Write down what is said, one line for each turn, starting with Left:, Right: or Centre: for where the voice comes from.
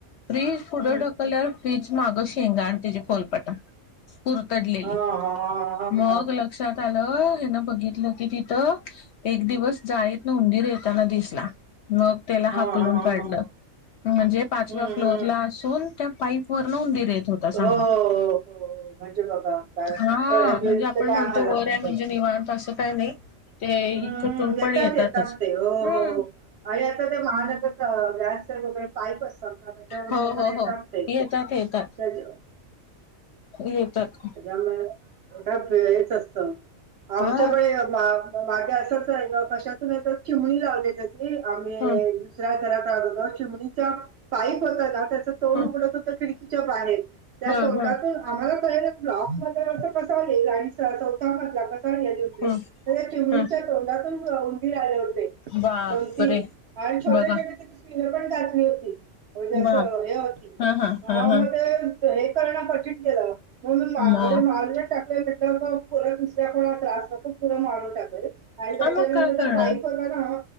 Left: फ्रीज पुढे
Right: हं.
Left: ढकलल्यावर फ्रीज मागं शेंगा आणि तिजे फोलपट कुरतडलेली
Right: हां, हां, हां,
Left: मग
Right: हां, हां,
Left: लग लक्षात आलं हेन बघितलं की तिथं एक दिवस जाळीतन उंदीर येताना दिसला मग. त्याला हाकलून
Right: हां, हां, हां,
Left: काढलं
Right: हां.
Left: म्हणजे पाचव्या
Right: हं,
Left: फ्लोर
Right: हं.
Left: ला असून त्या पाईप वरन उंदिर येत होता.
Right: हो.
Left: सांगा
Right: म्हणजे बघा काय
Left: हा
Right: तळ्यात
Left: म्हणजे आपण
Right: काय
Left: म्हणतो
Right: हालत
Left: वर
Right: असेल.
Left: आहे म्हणजे निवाणत असं काही नाही. ते
Right: हम्म
Left: कुठून
Right: येतात
Left: पण येतातच
Right: येतात ते हो.
Left: हम्म
Right: आणि आता ते महानगर गॅसचे वगैरे पाईप असतात ते चडुन
Left: हो
Right: वगैरे
Left: हो
Right: येतात
Left: हो
Right: ते
Left: येतात
Right: त्याच
Left: येतात येतात
Right: मुळे <unintelligible> हे च असत आमच्या
Left: हा
Right: बागे असंच आहे ग कशातून येत चिमणी लावली त्यानी आम्ही
Left: ह
Right: दुस्या घरात आगोदर चिमणीच्या पाईप होता ना त्याच तोंड
Left: ह
Right: उघडत होत खिडकी च्या बाहेर त्या
Left: ह
Right: तोंडातून
Left: ह
Right: आम्हाला कळाल ब्लॉक मध्ये कसा येईल ईल आणि चौथा मजला कसा येईल. उंदीर
Left: हम्म
Right: तर त्या चिमणीच्या
Left: हा.
Right: तोंडातून उंदीर आले होते
Left: बापरे
Right: दोन तीन आणि छोटे
Left: बघा
Right: छोटे तिनं पण घातली होती जस
Left: बाप
Right: हे होती
Left: हा हा हा
Right: आ मग
Left: हा
Right: ते. हे करन कठीण केलं म्हणून <unintelligible> टाकटलं
Left: मग
Right: <unintelligible> दुसऱ्या कोणाला त्रास नको खूप पुरं मारून टाक. आणि त्याच्यानंतर
Left: हा मग काय करणार
Right: त्या पाईप वरनना